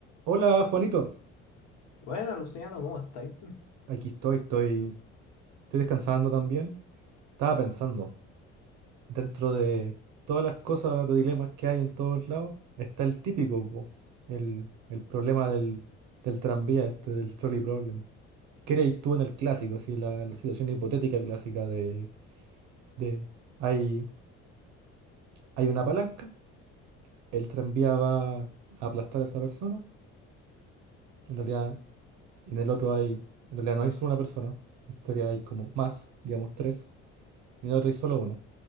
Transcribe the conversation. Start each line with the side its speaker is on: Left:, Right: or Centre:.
Right: Hola Juanito,
Left: Bueno, Luciano, ¿cómo estáis? <laughs>
Right: aquí estoy, estoy, estoy descansando también. Estaba pensando, dentro de todas las cosas de dilemas que hay en todos lados, está el típico, po, el, el problema del, del tranvía, este, del trolley problem. ¿Qué harías tú en el clásico, así, la, la situación hipotética clásica de, de hay, hay una palanca, el tranvía va a aplastar a esa persona, en realidad, en el otro hay, en realidad no hay solo una persona, en teoría hay como más, digamos tres, y en el otro hay solo una.